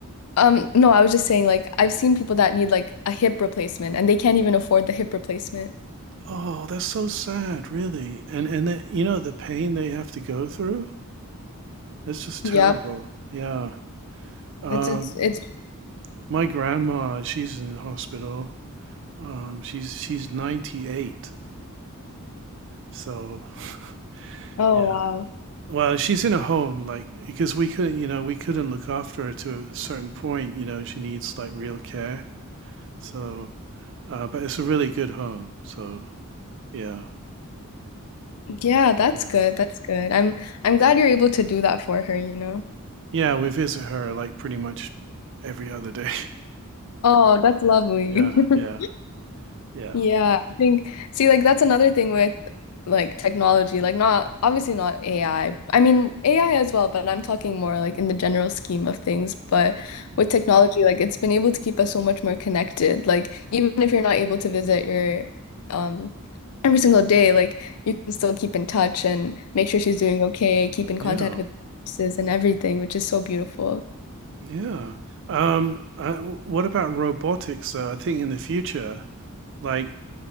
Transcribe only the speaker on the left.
um no, I was just saying like I've seen people that need like a hip replacement and they can't even afford the hip replacement.
Yep.
It's it's it's
oh
wow.
Yeah, that's
good. That's good. I'm I'm glad you're able to do that for her, you know.
Oh, that's
lovely.
<laughs>
Yeah, I think see like that's another thing with like technology, like not obviously not AI. I I mean AI as well, but I'm talking more like in the general scheme of things. But with
technology, like it's been able to keep us so much more connected. Like even if you're not able to visit your um every single day, like you can still keep in touch and make sure she's doing okay, keep in
contact with nurses and everything, which is so beautiful.